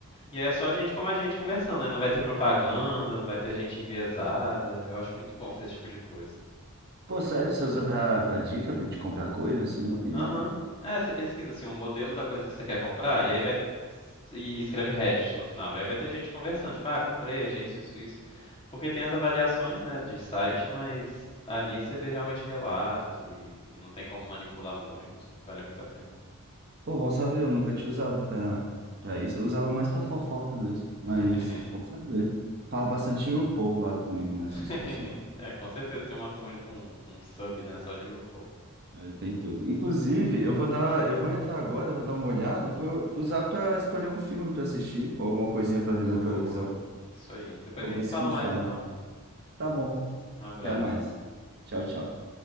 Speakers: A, on the left; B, on the right.
A: E aí é só gente como a gente conversando, né? Não vai ter propaganda, não vai ter gente enviesada. Eu acho muito bom pra esse tipo de coisa.
B: pô, sério, você usa pra, pra dica, pra de comprar coisa, assim, opinião?
A: Aham. É, você pesquisa assim um modelo da coisa que você quer comprar e aí vai e escreve Reddit no final. Aí vai ter gente conversando, tipo, ah, comprei, achei isso, isso, isso. Porque tem as avaliações, né, de site, mas ali você vê realmente relato e, e não tem como manipular muito. Vale muito a pena.
B: Pô, bom saber, eu nunca tinha usado pra, pra isso, eu usava mais pra fofoca mesmo, mas,
A: <laughs>
B: bom saber. Fala bastante
A: Uhum.
B: de RuPaul lá também, né,
A: <laughs>
B: essas situações.
A: É, com certeza tem uma comuni- um, um sub, né, só de RuPaul.
B: Aí tem tudo. Inclusive, eu vou dar, eu vou entrar agora, eu vou dar uma olhada e vou usar pra escolher um filme pra assistir, ou alguma
A: Hum,
B: coisinha pra ver
A: uma
B: na
A: boa.
B: televisão,
A: Isso aí. Depois
B: pra
A: a
B: ver
A: gente se
B: se
A: fala
B: funciona.
A: mais então.
B: Tá bom,
A: Um abraço.
B: até mais. Tchau, tchau.